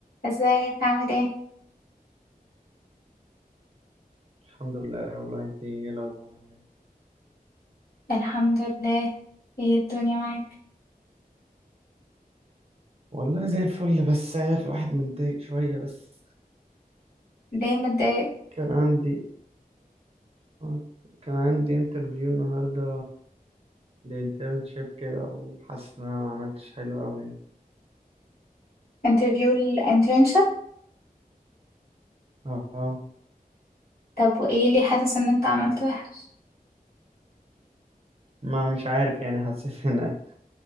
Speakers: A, on the left (about 80°); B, on the right (about 40°).
A: ازيك عامل ايه
B: الحمد لله والله انت ايه الاخبار عامله ايه
A: الحمد لله ايه الدنيا معاك
B: والله زي الفل بس الواحد متضايق شوية بس
A: ليه متضايق
B: كان عندي آه، كان عندي انترفيو النهاردة لانترنشيب كده وحاسس ان انا ما عملتش حلو قوي يعني
A: انترفيو الانترنشب
B: اه آه،
A: طب وايه اللي حاسس ان انت عملت وحش
B: ما مش عارف يعني حسيت ان انا